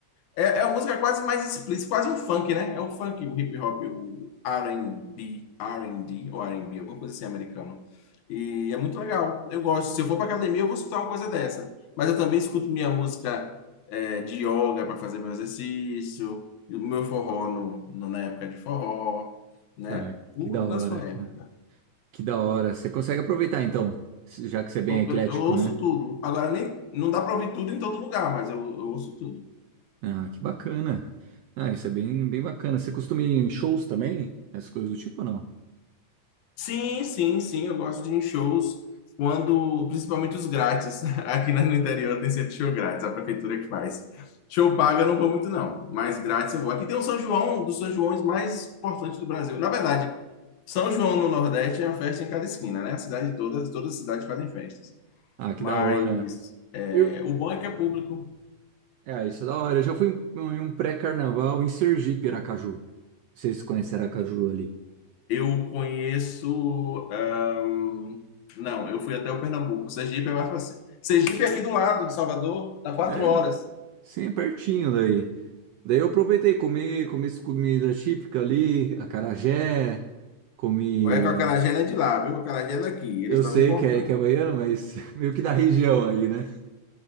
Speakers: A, on the left; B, on the right.
A: É, é uma música quase mais explícita, quase um funk, né? É um funk, o hip hop, o R&B, R&D ou R&B, alguma coisa assim americano. E é muito legal. Eu gosto. Se eu for para academia, eu vou escutar uma coisa dessa. Mas eu também escuto minha música é, de yoga para fazer meu exercício, e o meu forró no, no- na época de forró, né?
B: ah,
A: Tudo
B: que da hora,
A: na sua
B: que,
A: época.
B: que da hora. Você consegue aproveitar, então, já que você é bem
A: Eu,
B: eclético,
A: eu- eu ouço
B: né?
A: tudo. Agora nem não dá para ouvir tudo em todo lugar, mas eu eu ouço tudo.
B: Ah, que bacana. Ah, isso é bem, bem bacana. Você costuma ir em shows também? Essas coisas do tipo ou não?
A: Sim, sim, sim, eu gosto de ir em shows quando, principalmente os grátis. <laughs> Aqui na- no interior tem sempre show grátis, a prefeitura que faz. Show paga eu não vou muito não, mas grátis eu vou. Aqui tem o São João, um dos São Joões mais importantes do Brasil. Na verdade, São João no Nordeste é uma festa em cada esquina, né? A cidade toda, todas as cidades fazem festas.
B: Ah, que
A: Mas
B: da hora.
A: é,
B: Eu...
A: o bom é que é público.
B: É, isso é da hora. Eu já fui em em um pré-carnaval em Sergipe, Aracaju. Vocês conhecem Aracaju ali?
A: Eu conheço, ahn, não, eu fui até o Pernambuco. Sergipe é mais fácil. Sergipe é aqui do lado de Salvador, dá quatro
B: É,
A: horas.
B: sim, é pertinho daí. Daí eu aproveitei, comi, comi essa comida típica ali, acarajé, comi.
A: Olha que o acarajé não é de lá, viu? O acarajé é daqui.
B: Eu
A: Eles estavam
B: sei
A: importando.
B: que é, que é baiano, mas <laughs> meio que da região aí, né?